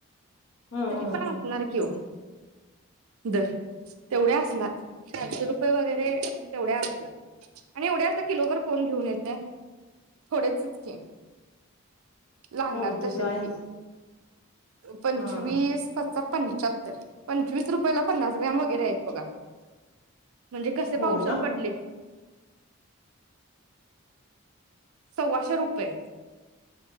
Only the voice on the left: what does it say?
हां,
हां,
हां.
हो, ते
तर आहेच.
हां.
हो
का?